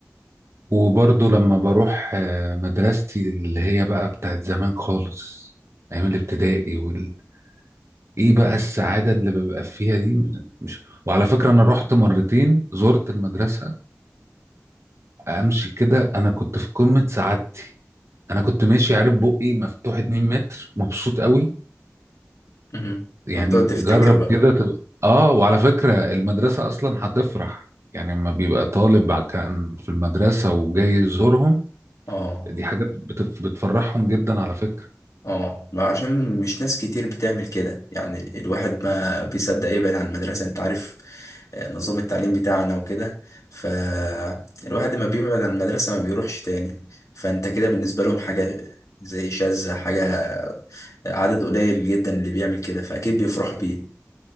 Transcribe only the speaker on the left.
مهم.
وبتقعد تفتكر
بقى
اه
اه ما عشان مش ناس كتير بتعمل كده يعني الواحد ما بيصدق يبعد عن المدرسة انت عارف آه، نظام التعليم بتاعنا وكده فالواحد ما بيبعد عن المدرسة ما بيروحش تاني فانت كده بالنسبة لهم حاجة زي شاذة حاجة عدد قليل جدا اللي بيعمل كده فأكيد بيفرحوا بيه